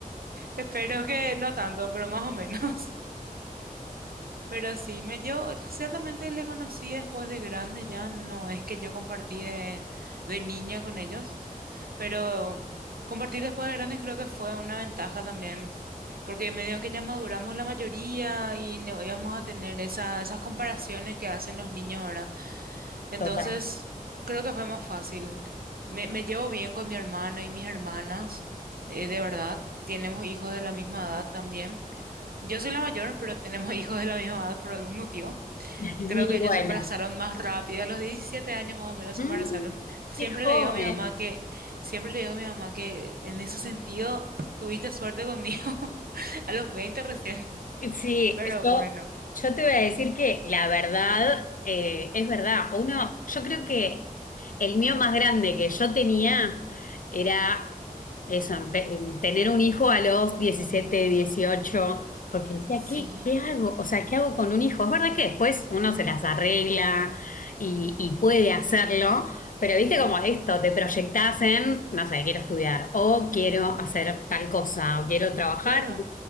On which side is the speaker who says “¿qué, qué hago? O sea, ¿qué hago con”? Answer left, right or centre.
Left